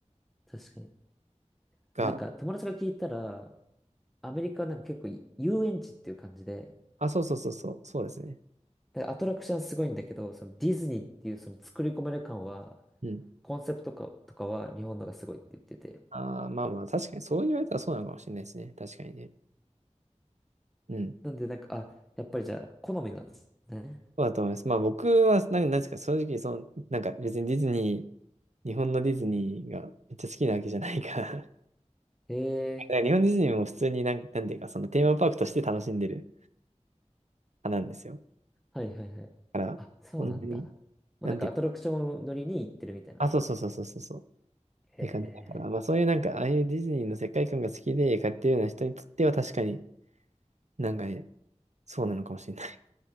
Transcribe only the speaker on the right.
が、
あ、そうそうそうそう、そうですね。
うん。
ああまあまあ確かにそう言われたらそうなのかもしれないですね。確かにね。うん。
そうだと思います。まあ僕はなんかなんですか、正直その、なんか別にディズニー、日本のディズニーがめっちゃ好きなわけじゃないから <laughs> だか
ら日本ディズニーも普通になん、なんていうかそのテーマパークとして楽しんでる派なんですよ。
から、
そんなに、
なんで、
あ、そうそうそうそうそうそう。って感じだから、
まあそういうなんか、ああいうディズニーの世界観が好きで買ってるような人にとっては確かになんかね、そうなのかもしれない。